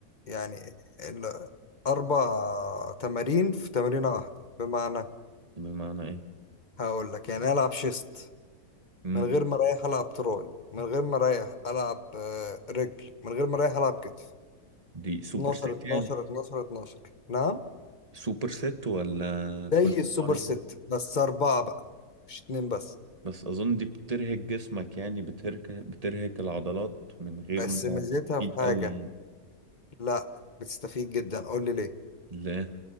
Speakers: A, on the left; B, on the right.
A: يعني ال- أربع تمارين في تمرينة واحدة بمعنى
B: بمعنى ايه
A: هقول لك يعني ألعب شيست
B: مم.
A: من غير ما أريح ألعب تراي من غير ما أريح ألعب آه، رجل من غير ما أريح ألعب كتف
B: دي سوبر
A: 12
B: سيت
A: 12
B: يعني
A: 12 12 نعم
B: سوبر سيت ولا
A: زي
B: كل
A: السوبر
B: عضلة واحدة
A: ست بس أربعة بقى مش اتنين بس
B: بس أظن دي بترهق جسمك يعني بترهق بترهق العضلات من غير
A: بس
B: ما
A: ميزتها
B: تستفيد
A: في حاجة
B: قوي يعني.
A: لا بتستفيد جدا قول لي ليه
B: لا